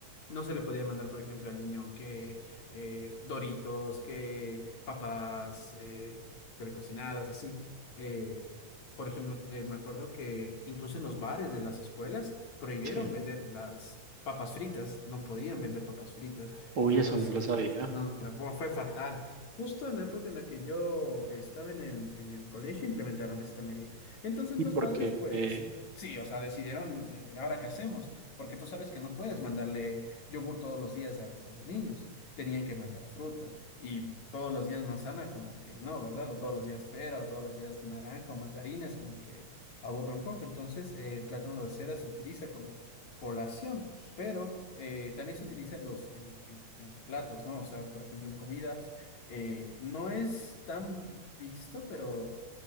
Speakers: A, on the left; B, on the right.
A: No se le podía mandar, por ejemplo, al niño que eh, Doritos, que papas eh, precocinadas, así. Eh, por ejemplo, eh, me acuerdo que incluso en los bares de las escuelas prohibieron
B: Sí.
A: vender las papas fritas, no podían vender papas fritas,
B: Uy,
A: entonces
B: eso no lo sabía.
A: no, eh, fue fue fatal. Justo en la época en la que yo estaba en el, en el colegio implementaron esta medida. Entonces
B: ¿Y
A: los
B: por
A: padres,
B: qué
A: pues...
B: eh,
A: Sí, o sea, decidieron, eh, ¿ahora qué hacemos? Porque tú sabes que no puedes mandarle yogur todos los días al- a los niños tenían que mandar fruta. Y todos los días manzana, como que no, ¿verdad? O todos los días pera, o todos los días naranja o mandarines como que aburre un poco. Entonces, eh, el plátano de cera se utiliza como colación, pero eh, también se utiliza en los en, en- en platos, ¿no? O sea, por ejemplo, en comidas. eh, no es tan visto, pero